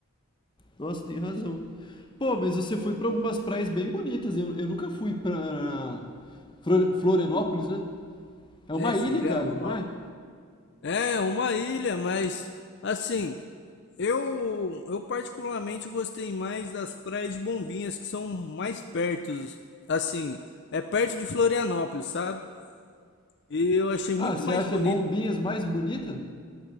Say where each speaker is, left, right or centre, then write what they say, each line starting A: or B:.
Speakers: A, on the left; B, on the left.
A: Nossa, tem razão. Pô, mas você foi pra algumas praias bem bonitas. Eu, eu nunca fui pra Flor- Florianópolis, né? É uma
B: É, Florianópolis.
A: ilha, cara, não é?
B: É uma ilha, mas assim, eu eu particularmente gostei mais das praias de Bombinhas que são mais perto, assim, é perto de Florianópolis, sabe? E eu achei muito
A: Ah, você
B: mais
A: acha
B: bonito.
A: Bombinhas mais bonita?